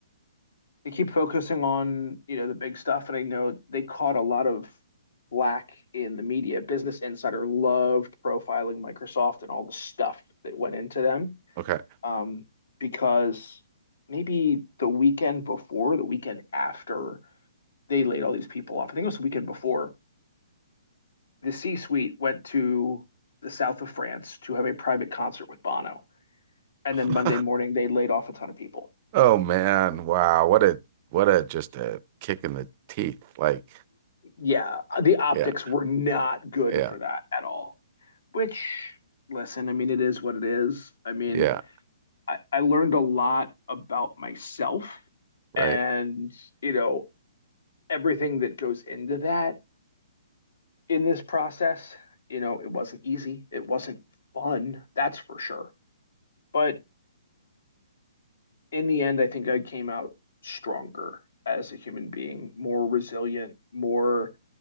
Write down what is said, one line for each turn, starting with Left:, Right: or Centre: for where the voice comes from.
Left: they keep focusing on, you know, the big stuff. And I know they caught a lot of black in the media. Business Insider loved profiling Microsoft and all the stuff that went into them.
Right: Okay.
Left: Um, because maybe the weekend before, the weekend after they laid all these people off, I think it was the weekend before, the C-suite went to the south of France to have a private concert with Bono. And
Right: <laughs>
Left: then Monday morning, they laid off a ton of people.
Right: oh man, wow. What a what a just a kick in the teeth. Like,
Left: yeah, the optics
Right: yeah,
Left: were not good
Right: yeah,
Left: for that at all. Which, listen, I mean, it is what it is. I mean,
Right: yeah.
Left: I, I learned a lot about myself
Right: Right.
Left: and, you know, everything that goes into that in this process. You know, it wasn't easy. It wasn't fun, that's for sure. But in the end, I think I came out stronger as a human being, more resilient, more